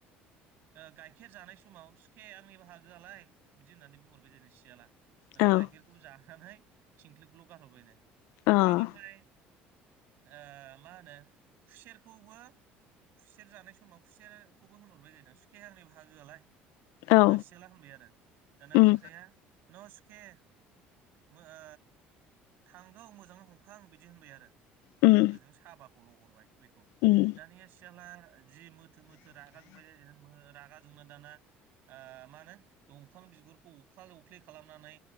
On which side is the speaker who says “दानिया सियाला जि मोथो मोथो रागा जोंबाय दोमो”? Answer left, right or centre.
Right